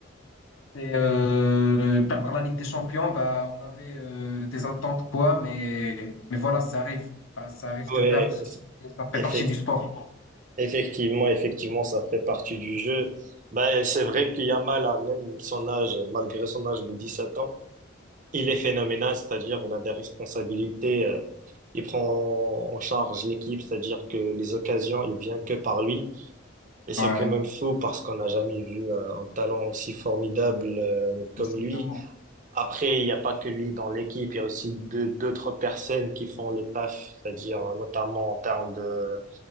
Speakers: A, on the left; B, on the right.
A: et euh, par par la Ligue des Champions, bah, on avait euh, des attentes, quoi, mais, mais voilà, ça arrive. Bah, ça arrive de
B: ouais,
A: perdre. c'est- Ça fait
B: effect-
A: partie du sport.
B: effectivement, effectivement, ça fait partie du jeu. Ben, c'est vrai qu'il y a mal à même son âge, malgré son âge de 17 ans, il est phénoménal, c'est-à-dire il a des responsabilités, euh, il prend en charge l'équipe, c'est-à-dire que les occasions, il vient que par lui. Et c'est
A: Ouais,
B: quand même fou parce qu'on n'a jamais vu euh, un talent aussi formidable euh, comme
A: exactement.
B: lui. Après, il n'y a pas que lui dans l'équipe, il y a aussi deux, d'autres personnes qui font le taf, c'est-à-dire euh, notamment en termes de...